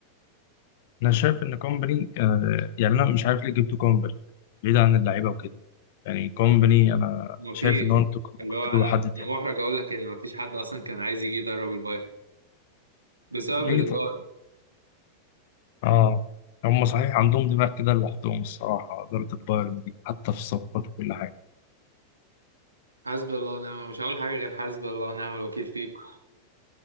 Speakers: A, on the left; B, on the right.
A: انا شايف ان كومباني آه يعني انا مش عارف ليه جبتوا كومباني بعيد عن اللعيبه وكده يعني كومباني انا
B: ما
A: شايف
B: فيش
A: ان هو انتوا كنتوا
B: اللي
A: ممكن
B: هو
A: تجيبوا
B: انا
A: حد تاني
B: انا محرج اقول لك ان ما فيش حد اصلا كان عايز يجي يدرب البايرن بسبب
A: ليه
B: الاداره
A: اه هم صحيح عندهم دماغ كده لوحدهم الصراحة إدارة البايرن دي حتى في الصفقات وكل حاجة
B: حسبي الله ونعم مش هقول حاجه غير حسبي الله ونعم الوكيل فيكم